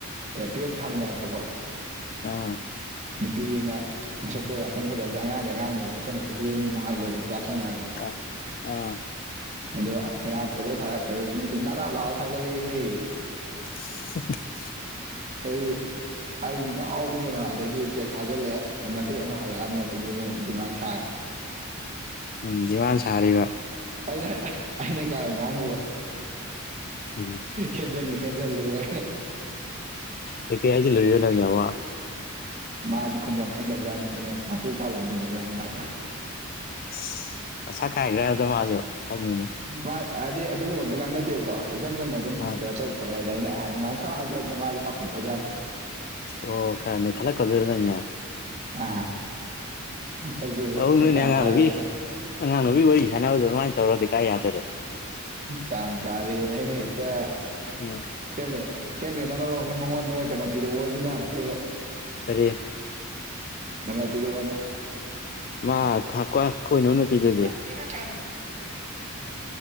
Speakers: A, on the right; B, on the left.
A: ꯇꯨꯌꯦꯜꯞ ꯊꯥꯃꯤꯟꯅꯔꯛꯄꯀꯣ
B: ꯑꯥ
A: ꯅꯨꯄꯤ ꯑꯃ ꯃꯁꯛꯇꯣ ꯌꯥꯝ ꯀꯟꯅ ꯐꯖꯕꯗꯤ ꯑꯉꯥꯡꯗꯤ ꯑꯉꯥꯡꯅꯦꯕꯣ ꯑꯩꯈꯣꯏꯅ ꯆꯍꯤ ꯑꯅꯤꯃꯨꯛ ꯍꯜꯂꯦꯕ ꯀ꯭ꯂꯥꯁ ꯃꯥꯟꯅꯔꯁꯨ
B: ꯑꯥ ꯑꯥ
A: ꯑꯗꯨ ꯑꯁ ꯉꯔꯥꯡ ꯐꯣꯇꯣ ꯊꯒꯠꯂꯛꯄꯗꯗꯤ ꯅꯥꯞ ꯅꯥꯞ ꯂꯥꯎꯔꯥ ꯊꯒꯠꯂꯛꯑꯦꯍꯦ
B: ꯁꯤꯐꯔ <unintelligible>
A: ꯑꯩ <unintelligible> ꯑꯩꯁꯨ ꯉꯥꯎꯕꯅꯤ ꯀꯩꯅꯣ ꯑꯗꯩꯗꯤ ꯇꯦꯛꯁ ꯊꯥꯖꯤꯜꯂꯦ ꯃꯇꯦꯛ ꯑꯃ ꯍꯜꯂꯛꯑꯝꯃꯦ ꯑꯗꯩꯗꯤ ꯑꯃꯨꯛ ꯗꯤꯃꯥꯟ ꯁꯥꯈ꯭ꯔꯦ
B: ꯎꯝ ꯗꯤꯃꯥꯟ ꯁꯥꯔꯤꯕ
A: ꯑꯩꯅ ꯑꯩꯅ ꯀꯥꯔꯟ ꯉꯥꯡꯉꯨꯕ
B: ꯎꯝ
A: ꯍꯦꯖꯜ ꯍꯦꯖꯜꯂꯨꯕ ꯑꯩꯅ
B: ꯀꯩꯀꯩ ꯍꯥꯏꯖꯤ ꯂꯨꯔꯤꯕ ꯅꯪꯅ ꯑꯃ
A: ꯃꯥꯗꯤ ꯈꯨꯝꯕꯝ ꯈꯪꯗꯕꯖꯥꯠꯅꯦ ꯑꯩꯅ ꯃꯄꯨ ꯄꯥꯜꯍꯟꯈꯤꯅꯨ ꯅꯪ ꯍꯥꯏꯕ
B: ꯑꯁ ꯑꯁꯥ ꯀꯥꯏꯈ꯭ꯔꯦ ꯑꯗꯨꯗ ꯃꯥꯁꯨ ꯈꯪꯉꯤꯅꯦ
A: ꯃꯥ ꯑꯗꯤ ꯑꯗꯨꯒꯨꯝꯕ ꯑꯝꯇ ꯉꯥꯡꯅꯗꯦꯕꯀꯣ ꯏꯆꯝ ꯆꯝꯅ ꯑꯗꯨꯝ
B: ꯑꯥ
A: ꯀꯩꯅꯣ ꯇꯧꯕ ꯗꯩꯅ ꯑꯗꯨꯃꯥꯏꯅ ꯁꯔ ꯍꯥꯏꯖꯤꯜ ꯂꯛꯄ ꯃꯥꯁꯨ ꯄꯥꯈꯠꯄ ꯖꯥꯠꯅꯦ
B: ꯑꯣ ꯈꯔ ꯅꯩꯈꯜꯂꯛꯀꯗꯣꯏꯔ ꯅꯪꯅ
A: ꯑ ꯑꯩꯁꯨ
B: ꯇꯧꯅꯨꯅꯦ
A: ꯉꯁꯤ ꯇꯥꯟ
B: ꯑꯉꯥꯡ
A: ꯆꯥꯔꯦꯅ
B: ꯅꯨꯕꯤ ꯑꯉꯥꯡ ꯅꯨꯕꯤ ꯋꯥꯔꯤ ꯁꯥꯟꯅꯕꯗ ꯑꯗꯨꯃꯥꯏꯅ ꯇꯧꯔꯗꯤ ꯀꯥꯏ ꯌꯥꯗꯨꯔꯤ
A: ꯇꯥꯟ ꯆꯥꯔꯦꯅ ꯑꯩꯅ ꯍꯦꯛꯇ
B: ꯎꯝ
A: ꯍꯦꯝ ꯍꯦꯝꯂꯦꯠꯅ ꯃꯔꯣ ꯑꯃ ꯃꯉꯣꯟꯗ ꯀꯩꯅꯣ ꯄꯤꯔꯛꯑꯣ ꯁꯤꯅ ꯑꯃꯨꯛꯇꯣꯏꯕ
B: ꯀꯔꯤ
A: ꯅꯝꯕꯔ ꯄꯤꯔꯑꯣꯅ
B: ꯃꯥ ꯈ ꯀ꯭ꯋꯥ ꯀꯣꯏꯅꯕ ꯅꯨꯄꯤꯗꯨꯗꯤ
A: ꯕꯦꯔꯥ ꯀꯥꯔꯦ